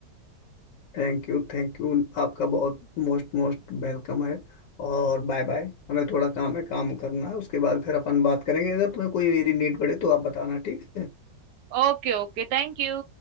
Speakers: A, on the left (about 75°); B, on the right (about 75°).
A: Thank you thank you आपका बहुत मोस्ट मोस्ट वेलकम है और बाय बाय हमें थोड़ा काम है काम करना है उसके बाद फिर अपन बात करेंगे अगर तुम्हें कोई मेरी नीड पड़े तो आप बताना ठीक है
B: Okay okay thank you